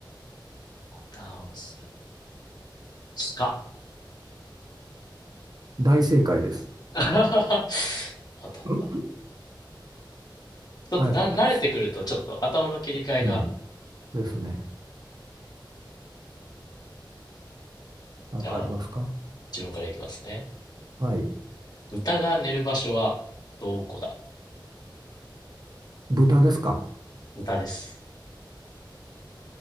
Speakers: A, on the left; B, on the right.
A: 歯を治す。鹿。
B: 大正解です。
A: <laughs> 当たった。
B: うん
A: ちょっとだ慣れてくると、
B: 早かったですね。
A: ちょっと頭の切り替えが、
B: うん。ですね。なんかありますか
A: じゃあ、自分からいきますね。
B: はい。
A: 豚が寝る場所は、どこだ
B: 豚ですか
A: 豚です。